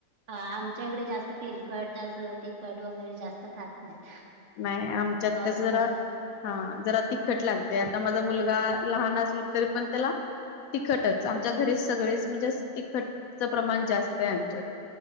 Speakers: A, on the right; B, on the left.
A: आमच्या इकडे जास्त तेलकट, असं तिखट वगैरे जास्त खात नाहीत.
B: नाही आमच्यात
A: नॉर्मली
B: कसं जरा हां, जरा तिखट लागतय. आता माझा मुलगा लहान असला तरी पण त्याला तिखटच. आमच्या घरी सगळेच म्हणजे तिखटच प्रमाण जास्ताय आमच्यात.